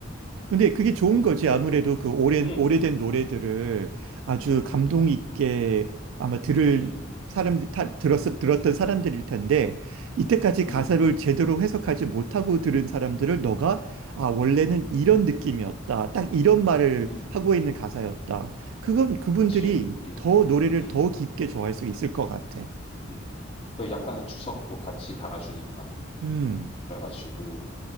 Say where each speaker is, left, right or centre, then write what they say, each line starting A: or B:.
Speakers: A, on the right; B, on the left.
A: 근데 그게 좋은 거지.
B: 이게
A: 아무래도 그 오랜,
B: 음,
A: 오래된 노래들을 아주
B: 음,
A: 감동 있게 아마 들을
B: 음,
A: 사람들, 다, 들었, 들었던 사람들일 텐데 이때까지
B: 음,
A: 가사를
B: 음,
A: 제대로 해석하지 못하고 들은 사람들을 너가 아, 원래는 이런 느낌이었다. 딱 이런 말을
B: 음,
A: 하고 있는 가사였다. 그건 그분들이
B: 그치, 음,
A: 더 노래를
B: 음,
A: 더 깊게 좋아할 수 있을 것 같아.
B: 음. 그 약간의 주석도 같이 달아주니까는.
A: 음.
B: 그래가지고,